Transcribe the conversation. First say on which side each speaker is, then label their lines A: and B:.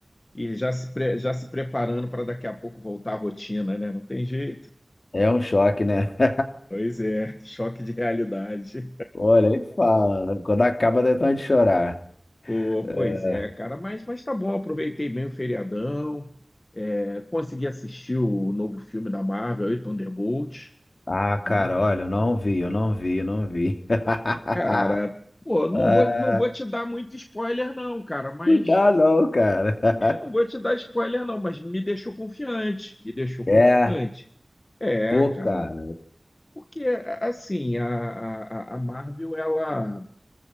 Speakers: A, on the left; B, on the left.
A: e já se, pre- já se preparando para daqui a pouco voltar à rotina, né? Não tem jeito.
B: É um choque, né? <laughs>
A: Pois é, <laughs> choque de realidade.
B: Pô, nem fala. Quando acaba, dá vontade de chorar.
A: Pô,
B: É.
A: pois é, cara, mas, mas tá bom, aproveitei bem o feriadão, é, consegui assistir o novo filme da Marvel, aí, Thunderbolt,
B: Ah,
A: né?
B: cara, olha, eu não vi, eu não vi, eu não vi. <laughs>
A: Cara, pô, não
B: Ah,
A: vou, não vou te dar muito spoiler, não, cara, mas
B: não dá não, cara. <laughs>
A: me- não vou te dar spoiler, não, mas me deixou confiante, me deixou
B: É,
A: confiante. É,
B: pô,
A: cara,
B: cara.
A: porque assim, a, a, a Marvel, ela,